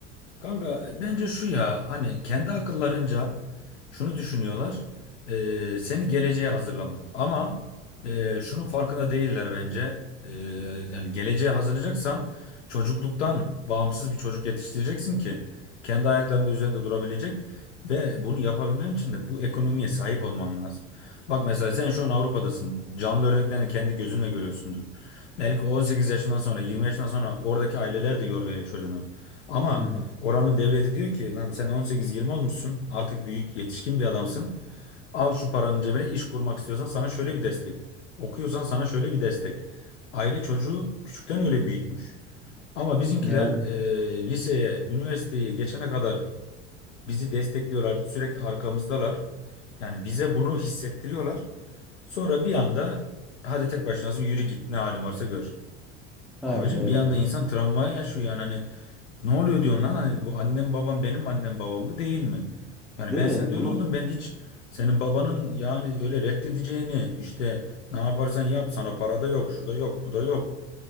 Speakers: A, on the left; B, in the centre.
A: Kanka bence şu ya hani kendi akıllarınca şunu düşünüyorlar e, seni geleceğe hazırlamak ama e, şunun farkında değiller bence E, yani geleceğe hazırlayacaksan çocukluktan bağımsız bir çocuk yetiştireceksin ki kendi ayaklarının üzerinde durabilecek ve bunu yapabilmen için de bu ekonomiye sahip olman lazım. Bak mesela sen şu an Avrupa'dasın canlı örneklerini kendi gözünle görüyorsundur belki 18 yaşından sonra 20 yaşından sonra oradaki aileler de yor veriyor çocuğuna ama
B: Hı hı.
A: Oranın devleti diyor ki lan sen 18-20 olmuşsun artık büyük yetişkin bir adamsın. Al şu paranın cebine iş kurmak istiyorsan sana şöyle bir destek. Okuyorsan sana şöyle bir destek. Aile çocuğu küçükten öyle büyütmüş. Ama bizimkiler
B: Yani
A: e, liseye, üniversiteye geçene kadar bizi destekliyorlar, sürekli arkamızdalar. Yani bize bunu hissettiriyorlar. Sonra bir anda hadi tek başınasın yürü git ne halin varsa gör.
B: aynen
A: Abicim
B: öyle
A: bir anda
B: abi.
A: insan travmayı yaşıyor yani hani ne oluyor diyorsun lan? Hani bu annem babam benim annem babam mı değil mi? Yani
B: Değil
A: ben
B: mi?
A: sende öyle
B: Bunu
A: oldum. Ben hiç senin babanın yani öyle reddedeceğini işte ne yaparsan yap sana para da yok, şu da yok, bu da yok